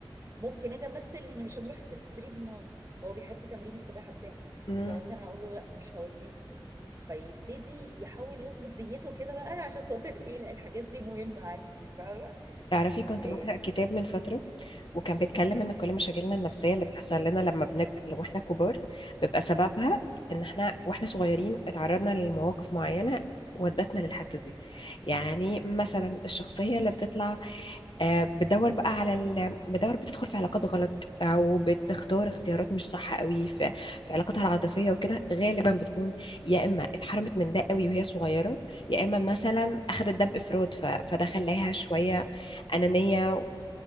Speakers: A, on the right (about 35°); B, on the left (about 65°).
A: ممكن اجي امثل ان مش هنروح التدريب النهارده هو بيحب تمرين السباحه بتاعه
B: مم.
A: فمثلا اقول له لا مش هوديك فيبتدي يحاول يظبط دنيته كده بقى <laughs> عشان خاطر ايه لا الحاجات دي مهمه عندي فاهمه
B: تعرفي كنت
A: آه،
B: بقرا كتاب من فتره وكان
A: مم.
B: بيتكلم ان كل مشاكلنا النفسيه اللي بتحصل لنا لما بنك... لو احنا كبار بيبقى سببها ان احنا واحنا صغيرين اتعرضنا لمواقف معينه ودتنا للحته دي يعني مثلا الشخصيه اللي بتطلع آه، بتدور بقى على ال... بتدور بتدخل في علاقات غلط او بتختار اختيارات مش صح قوي في, في علاقاتها العاطفيه وكده غالبا بتكون يا اما اتحرمت من ده قوي وهي صغيره يا اما مثلا اخدت ده بافراط ف... فده خلاها شويه انانيه